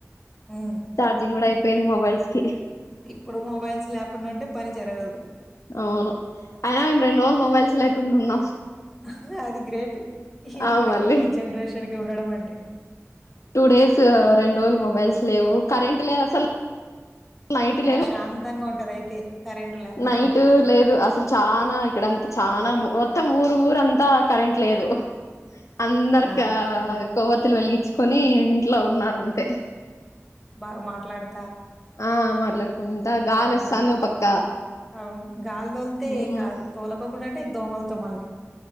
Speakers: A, in the centre; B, on the left.
A: ఉమ్
B: చార్జింగ్ కూడా అయ్ పెంద్ మొబైల్స్ కి
A: ఇప్పుడు మొబైల్స్ ల్యాకుండుంటే పని జరగదు
B: ఔను అయినా మేమ్ రొండు రోజుల్ మొబైల్స్ లేకుండ్ ఉన్నాం
A: ఆహ్ అది గ్రేటు ఇప్పుడు
B: ఆ మళ్ళీ
A: ఈ జన్ రేషన్ కి ఉండడంవంటే
B: టూ డేసు రొండ్ రోజ్ ల్ మొబైల్స్ లేవు కరెంట్ లేద్ అస్సల్ లైటు
A: ప్రశాంతంగా
B: లేదు
A: ఉంటదయితే కరెంటు లేకుండా
B: నైటు
A: ఉంటే
B: లేదు అస్సల్ చానా ఇక్కడంత్ చానా మో వొత్ మొత్తం ఊరు ఊరంతా కరెంట్ లేదు అందరిక
A: ఆ
B: కొవ్వత్తులు వెలిగిచ్చు కొని ఇంట్లో ఉన్నారంతే
A: బాగ మాట్లాడతా
B: ఆ మాట్లాడుకుంటా గాలొస్తాంది
A: బావుంటది
B: ఓ పక్క
A: అవును గాలి దోలితే
B: ఉమ్
A: ఏం గాదు తోలకోకున్నట్టే ఈ దోమలతో మళ్ళీ